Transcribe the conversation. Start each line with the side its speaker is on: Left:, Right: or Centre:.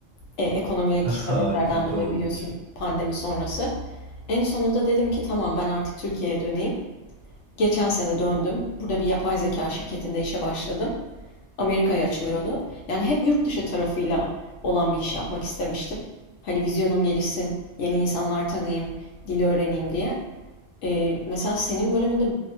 Left: E, ekonomik
Right: <laughs>
Left: sebeplerden
Right: Kötü
Left: dolayı
Right: olmuş.
Left: biliyorsun pandemi sonrası. En sonunda dedim ki tamam ben artık Türkiye'ye döneyim. Geçen sene döndüm. Burada bir yapay zeka şirketinde işe başladım. Amerika'ya açılıyordu. Yani hep yurt dışı tarafıyla olan bir iş yapmak istemiştim. Hani vizyonum gelişsin, yeni insanlar tanıyayım, dili öğreneyim diye. Ee, mesela senin bölümünde